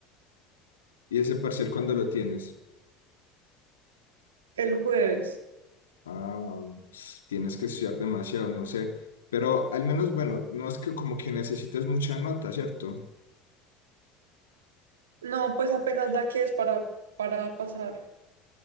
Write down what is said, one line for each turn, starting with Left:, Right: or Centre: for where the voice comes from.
Left: ¿Y ese parcial cuándo lo tienes?
Right: El jueves.
Left: Ah, tienes que estudiar demasiado, no sé. Pero al menos, bueno, no es que como que necesites mucha nota, ¿cierto?
Right: No, pues apenas la que es para, para pasar.